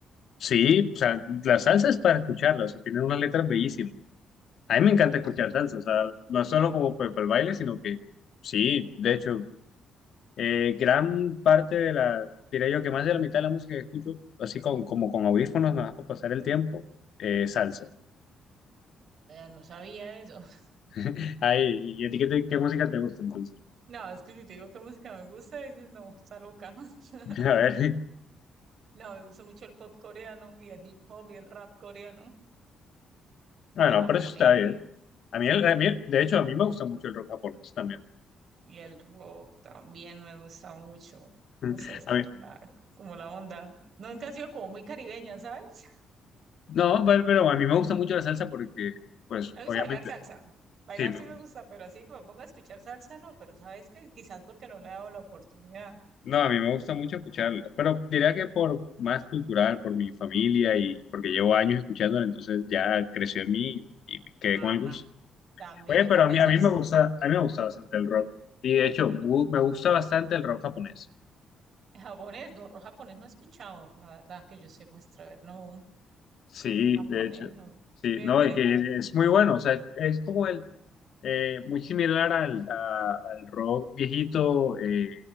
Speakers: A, on the left; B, on the right.
A: Sí, o sea, la salsa es para escucharla, o sea, tiene unas letras bellísimas. A mí me encanta escuchar salsa, o sea, no
B: ¿Sí?
A: solo como pues, para el baile, sino que sí, de hecho, eh, gran parte de la, diría yo que más de la mitad de la música que escucho, así con, como con audífonos, nada más para pasar el tiempo, eh, salsa.
B: Vea, no sabía eso. <laughs>
A: <laughs> Ay, ¿y a ti qué, te- qué música te gusta entonces?
B: No, es que si te digo qué música me gusta, dices no, está loca. <laughs>
A: <laughs> A ver,
B: No, me gusta mucho el pop coreano y el hip hop y el rap coreano
A: bueno,
B: y japonés.
A: pero eso está bien. A
B: Sí,
A: mí, el- a mí- de hecho, a mí me gusta mucho el rock japonés también.
B: Y el rock también me gusta mucho.
A: <laughs>
B: No sé, es como
A: A mí
B: la, como la onda. Nunca he sido como muy caribeña, ¿sabes?
A: no, pero, pero a mí me gusta mucho la salsa porque,
B: <laughs>
A: pues,
B: A mí me
A: obviamente,
B: gusta bailar salsa. Bailar
A: sí, me
B: sí
A: gusta.
B: me gusta, pero así que me ponga a escuchar salsa, no. Pero sabes que quizás porque no le he dado la oportunidad.
A: No, a mí me gusta mucho escucharla, pero diría que por más cultural, por mi familia y porque llevo años escuchándola, entonces ya creció en mí y me quedé
B: Ah,
A: con el gusto.
B: tam- también.
A: Oye,
B: Y aparte
A: pero a mí,
B: de
A: a
B: salsa,
A: mí me gusta, a mí me gusta bastante el rock. Y de hecho,
B: el
A: mu-
B: re-
A: me gusta bastante el rock japonés.
B: japonés, no, ro- japonés no he escuchado. La verdad que yo sé muestra, a ver, no,
A: Sí,
B: japonés
A: de hecho,
B: no.
A: sí,
B: Es que
A: no,
B: me...
A: y que es muy bueno, o sea, es como el eh, muy similar al, a- al rock viejito eh,